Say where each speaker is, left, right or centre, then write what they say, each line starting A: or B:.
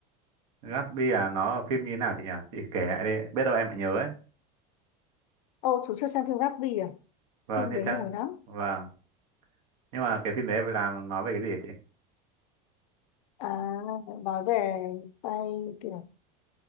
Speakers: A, on the right; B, on the left.
A: Gatsby à, nó là phim như thế nào chị nhỉ? Chị kể lại đi, biết đâu em lại nhớ ấy.
B: Ồ chú chưa xem phim Gatsby à
A: Vâng,
B: phim
A: thế
B: đấy
A: chắc,
B: nổi lắm
A: vâng. Nhưng mà cái phim đấy là nói về cái gì hả chị?
B: à, nói về tay kiểu